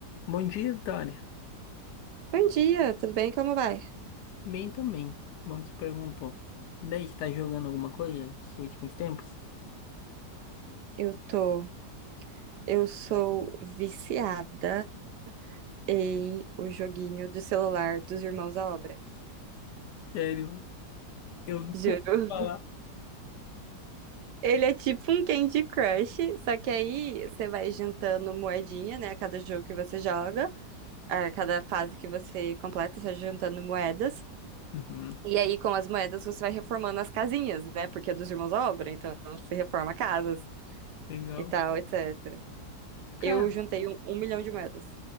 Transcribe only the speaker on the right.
Bom dia, tudo bem? Como vai?
Eu tô. Eu sou viciada em o joguinho do celular dos Irmãos à Obra.
Juro.
<laughs> Ele é tipo um Candy Crush, só que aí você vai juntando moedinha, né? A cada jogo que você joga, a cada fase que você completa, você vai juntando moedas.
E aí, com as moedas, você vai reformando as casinhas, né? Porque é dos Irmãos à Obra, então você reforma casas
e tal, etc.
Eu juntei um, um milhão de moedas.